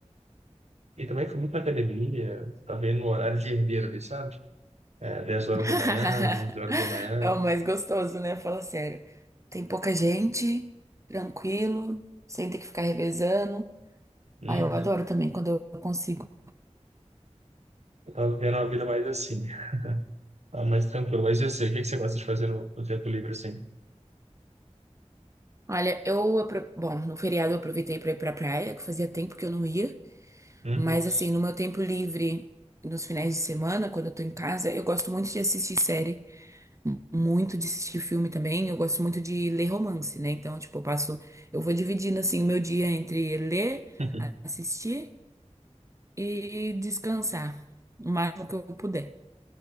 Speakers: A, on the right; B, on the right.
A: E também fui muito na academia, tá vendo no horário de herdeiro ali, sabe? É, 10 horas
B: <laughs>
A: da manhã, 11 horas da manhã.
B: É o mais gostoso, né? Fala sério. Tem pouca gente, tranquilo, sem ter que ficar revezando.
A: Uhum.
B: Ah, eu adoro também quando eu consigo.
A: Tava vivendo uma vida mais assim, tá mais tranquilo. Mas eu sei, o que é que você gosta de fazer no, no tempo livre, assim?
B: Olha, eu, apro- bom, no feriado eu aproveitei pra ir pra praia, que fazia tempo que eu não ia,
A: Uhum.
B: mas assim, no meu tempo livre, nos finais de semana, quando eu tô em casa, eu gosto muito de assistir série, muito de assistir filme também, eu gosto muito de ler romance, né? Então, tipo, eu passo, eu vou dividindo assim o meu dia entre ler,
A: <laughs>
B: assistir e descansar o máximo que eu puder.